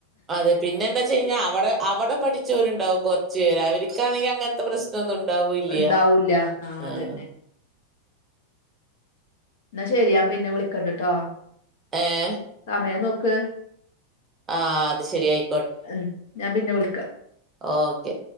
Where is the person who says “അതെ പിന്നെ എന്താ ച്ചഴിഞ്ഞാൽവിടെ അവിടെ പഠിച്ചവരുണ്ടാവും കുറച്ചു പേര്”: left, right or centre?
Right